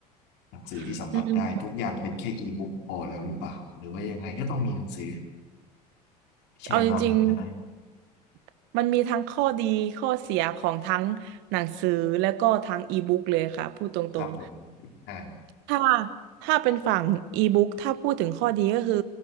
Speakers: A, on the left; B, on the right.
A: หนังสือที่สัมผัสได้ทุกอย่างเป็นแค่อีบุ๊กพอแล้วหรือเปล่า
B: <laughs> อืม
A: หรือว่ายังไงก็ต้องมีหนังสือแชร์ความเห็นกันหน่อย
B: เอาจริงๆมันมีทั้งข้อดีข้อเสียของทั้งหนังสือแล้วก็ทั้งอีบุ๊กเลยค่ะพูดตรง
A: ครับผมอ่า
B: ๆถ้าถ้าเป็นฝั่งอีบุ๊กถ้าพูดถึงข้อดีก็คือ